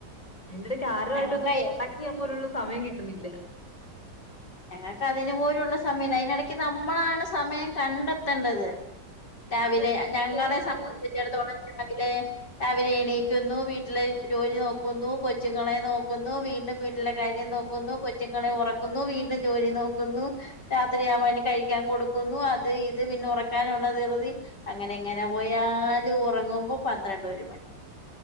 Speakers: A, on the left (about 20°); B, on the left (about 70°).
A: അയ്ന്റെ ഇടയ്ക്കാരുമായിട്ടൊന്ന്
B: ഞങ്ങൾക്ക്
A: കോൺടാക്ടുചെയ്യാൻ പോലുള്ള സമയം കിട്ടുന്നില്ല.
B: ഞങ്ങൾക്കതിനു പോലുള്ള സമയമില്ല അതിനിടക്ക്‌ നമ്മളാണ് സമയം കണ്ടെത്തണ്ടത്. രാവിലെ
A: അതെ അതെ അത്
B: ഞങ്ങളെ
A: ശരിയാണ്
B: സംബന്ധിച്ചിടത്തോളം രാവിലെ - രാവിലെ എണീക്കുന്നു വീട്ടിലെ ജോലി നോക്കുന്നു കൊച്ചുങ്ങളെ നോക്കുന്നു വീണ്ടും- വീട്ടിലെ കാര്യം നോക്കുന്നു കൊച്ചുങ്ങളെ ഒറക്ക- ന്നു വീടിന് ജോലി നോക്കുന്നു രാവിലെയാകുമ്പോ അതിന് കഴിക്കാൻ കൊടുക്കുന്നു അത് ഇത് പിന്നെ ഒറക്കാൻ- ന്ന ധിരുതി അങ്ങനെ എങ്ങനെ പോയാല് ഉറങ്ങുമ്പോ പന്ത്രണ്ട് ഒരു ഒരു മണി